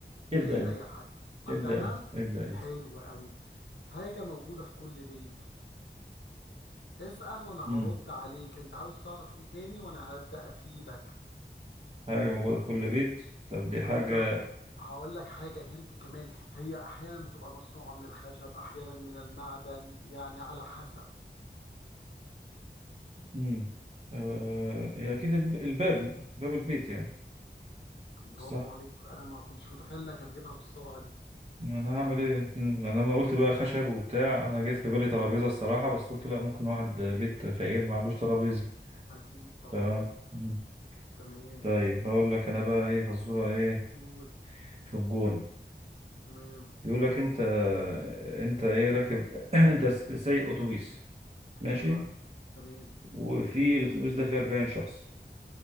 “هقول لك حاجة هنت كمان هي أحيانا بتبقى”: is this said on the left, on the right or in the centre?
Left